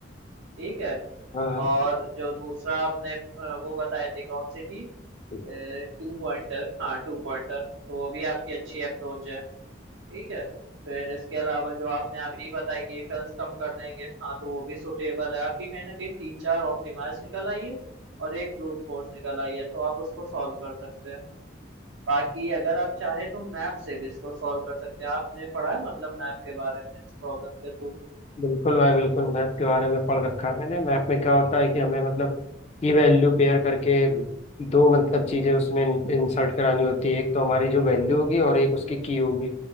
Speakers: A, on the right; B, on the left.
A: ठीक है
B: हाँ
A: और जो दूसरा आपने अ, वो बताए थे कौन सी थी
B: हाँ
A: टू पॉइंटर हाँ टू पॉइंटर तो वो भी आपकी अच्छी अप्रोच है ठीक है फिर इसके अलावा जो आपने अभी बताया कि इफेल्ट्स कम कर देंगे हाँ तो वो भी सुटेबल है आपकी कहीं ना कहीं तीन चार ऑप्टिमाइज निकल आई है और एक ब्रूट फोर्स निकल आई है तो आप उसको सॉल्व कर सकते हैं बाकी अगर आप चाहे तो मैप से भी इसको सॉल्व कर सकते हैं आपने पढ़ा है मतलब मैप के बारे में इस प्रॉब्लम के थ्रू
B: बिल्कुल भाई बिल्कुल मैप के बारे में पढ़ रखा है मैंने मैप में क्या होता है कि हमें मतलब की वैल्यू पेयर करके दो मतलब चीज़ें उसमें इंसर्ट करानी होती है एक तो हमारी जो वैल्यू होगी और एक उसकी की होगी